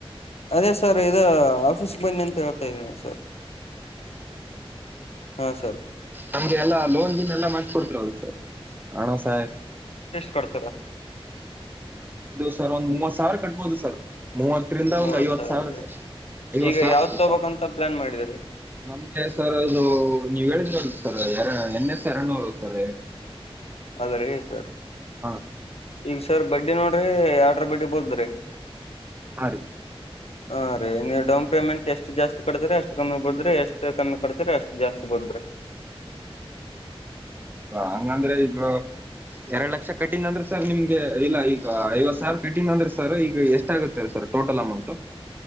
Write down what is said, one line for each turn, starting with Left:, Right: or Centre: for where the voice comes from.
Left: ಅದೇ ಸರ್ ಇದು ಆಫೀಸ್ ಬನ್ನಿ ಅಂತ ಹೇಳ್ತಾ ಇದೀನಿ ನ ಸರ್ ಹಾ ಸರ್
Right: ನಮಗೆಲ್ಲ ಲೋನ್ನ್ ಎಲ್ಲಾ ಮಾಡ ಕೊಡ್ತಿರದು ಸರ್ ಹಾ ಸರ
Left: ಕೊಡ್ತಾರೆ
Right: ಇದು ಸರ್ ಒಂದ್ ಮೂವತ್ ಸಾವಿರ ಕಟ್ಬೋದು ಸರ್ ಮೂವತ್ತರಿಂದ
Left: ಮೂವತ್
Right: ಒಂದು ಐವತ್ತು ಸಾವಿರ
Left: ರೀ.
Right: ಸ ಐವತ್
Left: ಈಗ
Right: ಸಾವಿರ
Left: ಯಾವ್ದ್
Right: ಉಂ
Left: ತಗೋಬೇಕಂತ
Right: ಸ
Left: ಪ್ಲಾನ್ ಮಾಡಿದ್ರಿ
Right: ನಮ್ಗೆ ಸರ್ ಅದು ನೀವ್ ಹೇಳಿದ್ರ ಸ ಎರ ಎನ್ ಎಸ್ ಎರನೂರು ಸರ್
Left: ಅದರ ಸರ್
Right: ಹಾ
Left: ಈಗ ಸರ್ ಬಡ್ಡಿ ನೋಡ್ರಿ ಆರ್ಡ್ರ ಬಡ್ಡಿ ಬೋದ್ರಿ
Right: ಹ
Left: ಹಾ ರೀ ನೀವು ಡೌನ್ ಪೇಮೆಂ ಎಷ್ಟ ಜಾಸ್ತಿ ಕಡತ್ರರಿ ಅಷ್ಟು ಕಮ್ಮಿಗ್ ಬಿಡದ್ರಿ ಎಷ್ಟು ಕಮ್ಮಿ ಬರ್ತರ ಅಷ್ಟು ಜಾಸ್ತಿ ಬಂದ್ರೆ
Right: ಹಂಗಂದ್ರೆ ಈಗ ಎರಡ್ ಲಕ್ಷ ಕಟ್ಟನ್ ಅಂದ್ರೆ ಸರ್ ನಿಮ್ಗೆ ಇಲ್ಲ ಈಗ ಐವತ್ ಸಾವಿರ ಕಟ್ಟನ್ ಅಂದ್ರೆ ಸರ್ ಈಗ ಎಷ್ಟಾಗುತ್ತೆ ಸರ್ ಟೋಟಲ್ ಅಮೌಂಟ್